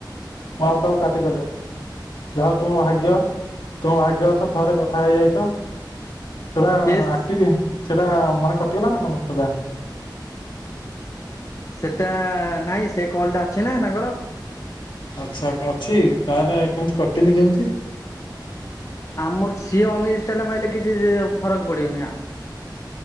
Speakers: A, on the left (about 85°); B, on the left (about 40°).
A: ମଅ ପଟାକୁ କାଟିଦେଲେ। ଯାହା ହୋଉ ତୁମ ଭାଗ୍ୟ ତୁମ ଭାଗ୍ୟ ଅଛ ଥରେ କଥା ହେଇଯାଇଚ। ପୁରା
B: ସିଏ
A: ଆକଟଭି ସେଟା ମାନେ କଟିଗଲା ନା କଣ ସେଟା?
B: ସେଟା ଆ-ନାହିଁ ସେ କଲ ଟା ଅଛି ନା ତାଙ୍କର।
A: ଆଚ୍ଛା ଅଛି ତାହେଲେ କେମିତି କଟିନି କେମିତି?
B: ଆମର ସିଏ ଅନିଷ୍ଟାଲ ମାଇଲେ କିଛି ଫରକ୍ ପଡିବନି ଆ